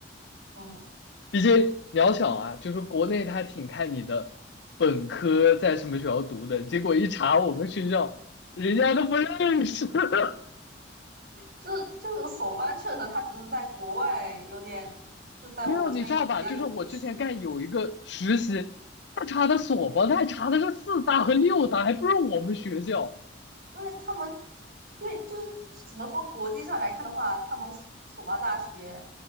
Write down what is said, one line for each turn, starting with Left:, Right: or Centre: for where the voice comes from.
Right: 嗯。
Left: 毕竟渺小啊，就是国内他挺看你的本科在什么学校读的，结果一查我们学校，人家都不认识。<laughs>
Right: 就就是索邦确实，它只是在国外有点，就在我们这边比较有名气。
Left: 没有，你知道吧？就是我之前干有一个实习，他查的所吧，他还查的是四大和六大，还不是我们学校。
Right: 对他们，对就是怎么说，国际上来看的话，他们索索邦大学